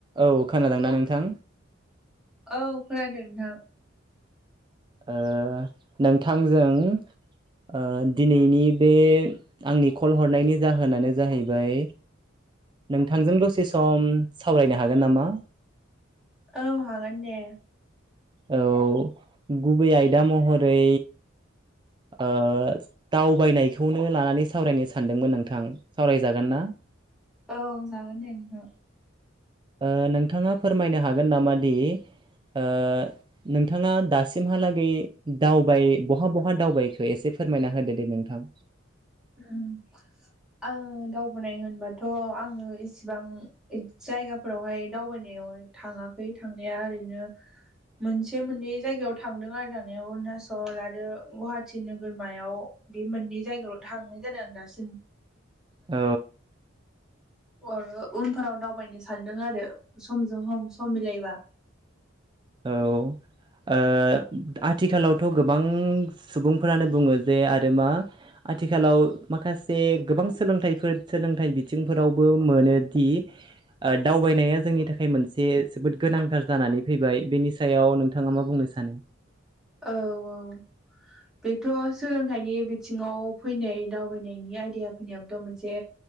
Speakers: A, on the right; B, in the centre.
A: औ खोनादों ना नोंथां।
B: औ खोनादों नोंथां।
A: ओ नोंथां जों। ओ दिनैनि बे आंनि कल हरनायनि जाहोनानो जाहैबाय। नोंथांजों दसे सम सावरायनो हागोन नामा?
B: औ हागोन दे।
A: औ गुबै आयदा महरै। ओ दावबायनायखौनो लानानै सावरायनो सानदोंमोन नोंथां सावरायजागोन ना?
B: औ जागोन दे नोंथां।
A: ओ नोंथाङा फोरमायनो हागोन नामा दि। ओ नोंथाङा दासिमहालागै दावबाय बहा बहा दावबायखो एसे। फोरमायना होदो दे नोंथां।
B: उम। आङो दावबाय होनबाथ' आङो इसिबां जायगाफोरावहाय दावबायनाय। याव थाङाखै थांनाया ओरैनो। मोनसे मोननै जायगायाव थांदों आरो थांनाया अरुनााचल आरो गुवाहाटि नोगोरमायाव। बे मोननै जायगायाव' थांनाय जादों आं दासिम।
A: औ।
B: अर उनफोराव दावबायनो सानदों आरो समजों हम सम सम मिलायबा।
A: औ ओ आथिखालावथ' गोबां। उम सुबुंफोरानो बुङो जे आरो मा आथिखालाव माखासे गोबां सोलों। थायफोर सोलोंथाइ बिथिंफोरावबो मोनोदि ओ दावबायनाया जोंनि थाखाय मोनसे। जोबोद गोनांथार जानानै फैबाय बेनि सायाव नोंथाङा मा बुंनो सानो।
B: औ औ। बेथ' सोलोंथाइनि बिथिङाव फैनाय दावबायनायनि आयदाया फैनायाबोथ' मोनसे।